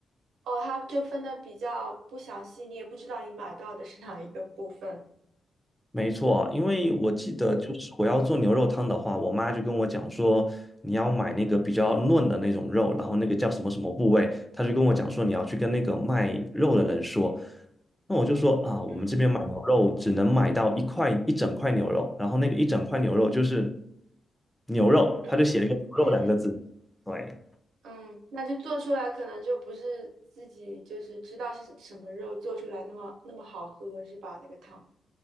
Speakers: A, on the right (about 85°); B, in the centre.
A: 哦，它就分的比较不详细，你也不知道你买到的是哪一个部分。
B: 没错，因为我记得就是我要做牛肉汤的话，
A: 嗯
B: 我妈就跟我讲说，你要买那个比较嫩的那种肉，然后那个叫什么什么部位，她就跟我讲说你要去跟那个卖肉的人说。那我就说啊，我们这边买牛肉只能买到一块一整块牛肉，
A: 嗯
B: 然后那个一整块牛肉就是牛肉，
A: 嗯嗯嗯，
B: 他就写了一个牛肉两个字，
A: <laughs>
B: 对，
A: 嗯，那就做出来可能就不是自己就是知道是什么肉做出来那么那么好喝是吧？那个汤。